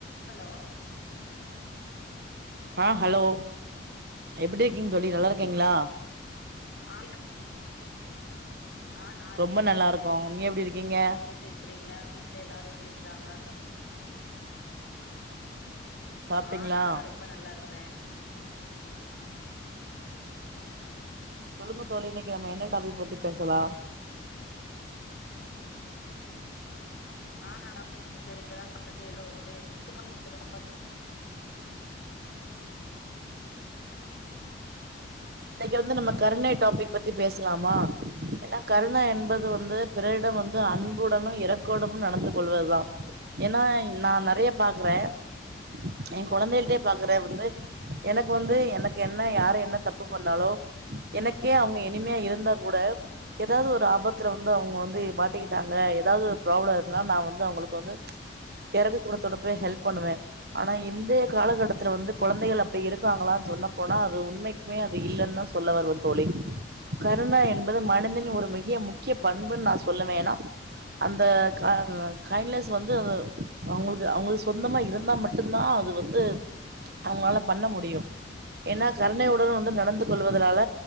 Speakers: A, on the left (about 65°); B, on the right (about 55°).
A: hello
B: ஆ hello எப்புடி இருக்கீங் தோழி நல்லாருக்கீங்களா
A: <unintelligible> ஆ நான்
B: ரொம்ப
A: ரெம்பல்லா
B: நல்லா
A: இருக்குறேன்
B: இருக்கோ நீங்க எப்டி இருக்கீங்க
A: நீங்க எப்டி இருக் க்குறீங்க வீட்ல எல்லாரும் எப்டி இருக்குறாங்க
B: சாப்ட்டீங்களா
A: ஆ நானும் ரொம்ப நல்லாருக்குறேன்
B: சொல்லுங்க தோழி இன்னைக்கு நம்ம என்ன டாபிக் பத்தி பேசலாம்
A: ஆ நல்லா இருக்கே சிஸ்டர் இப்பதா சாப்டுட்டு எல்லா ஒக்காந்து சும்மா <unintelligible>
B: இன்னைக்கு வந்து நம்ம கருணை டாபிக் பத்தி பேசலாமா ஏன்னா கருணை என்பது வந்து பிறரிடம் வந்து அன்புடனும் இரக்குடமு நடந்து கொள்வது தான் ஏன்னா இ நான் நறையா பாக்குறேன் என் கொழந்தைகள்ட்டே பாக்கறேன் வந்து எனக்கு வந்து எனக்கு என்ன யாரும் என்ன தப் ப்பு பண்ணாலோ எனக்கே அவங்க எனிமியா இருந்தா கூட ஏதாவது ஒரு ஆபத்துல வந்து அவங்க வந்து மாட்டிக்கிட்டாங்க ஏதாவது ஒரு ப்ராப்ளம் இருந்துன்னா நான் வந்து அவங்களுக்கு வந்து எரக்கு குணத்தோட போய் ஹெல்ப் பண்ணுவேன் ஆனா இன்றைய காலகட்டத்துல வந்து கொழந்தைகள் அப்டி இருக்காங்களான்னு சொன்ன போனா அது உண்மை உண்மையா அது இல்லன் தான் சொல்ல வருவன் தோழி கருணா என்பது மனதின் ஒரு மிக்கிய முக்கிய பண்புன்னு நான் சொல்லுவேன் ஏனா அந்த க கைண்ட்லஸ் வந்து அது அவங்களுக்கு அவங்களுக்கு சொந்தமா இருந்தா மட் ட்டு தான் அது வந்து அவங்களால பண்ண முடியும் ஏன்னா கருணை உ ணர்வு வந்து நடந்து கொள்வதுனால